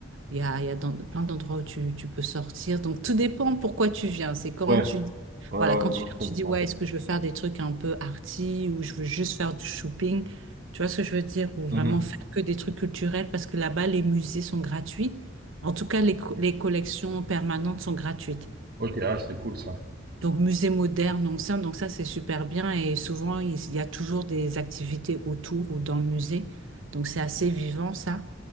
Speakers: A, on the right (about 80°); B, on the right (about 50°).
A: il y a, il y a dans- plein d'endroits où tu, tu peux sortir. Donc, tout dépend pourquoi tu viens. C'est quand
B: Ouais,
A: tu,
B: ouais, ouais,
A: voilà, quand tu
B: non,
A: viens,
B: je comprends.
A: tu dis, ouais, est-ce que je veux faire des trucs un peu arty ou je veux juste faire du shopping? Tu vois ce que je veux dire? Ou vraiment
B: Mhm.
A: faire que des trucs culturels parce que là-bas, les musées sont gratuits. En tout cas, les, co- les collections permanentes sont gratuites.
B: Ok, ah, c'est cool ça.
A: Donc, musée moderne, ancien, donc ça, c'est super bien. Et souvent, il il y a toujours des activités autour ou dans le musée. Donc, c'est assez vivant, ça.